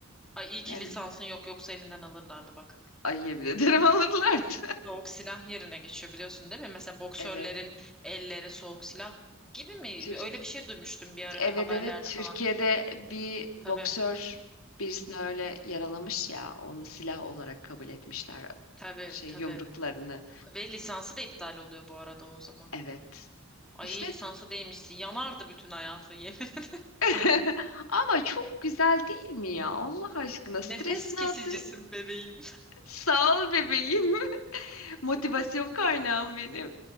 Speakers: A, in the centre; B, on the left (about 85°).
A: Ay iyi ki
B: Yani
A: lisansın yok yoksa elinden alırlardı bak.
B: ayıya bile <laughs> derim alırlardı.
A: Soğuk silah yerine geçiyor biliyorsun değil mi? Mesela boksörlerin
B: Evet.
A: elleri soğuk silah gibi mi?
B: Türk,
A: Öyle bir şey duymuştum bir ara
B: evet
A: bir haberlerde
B: evet Türkiye'de
A: falan.
B: bir boksör
A: Tabii
B: birisini öyle yaralamış ya onu silah olarak kabul etmişler
A: tabii
B: şey
A: tabii.
B: yumruklarını.
A: Ve lisansı da iptal oluyor bu arada o zaman.
B: Evet.
A: Ay
B: İşte
A: iyi lisansı değmişsin. Yanardı bütün hayatın yemin ederim.
B: <laughs> ama çok güzel değil mi ya? Allah aşkına
A: <laughs> Nefes
B: stresini
A: kesicisin
B: attı.
A: bebeğim.
B: Sağ ol bebeğim. <laughs>
A: <laughs>
B: Motivasyon kaynağım benim.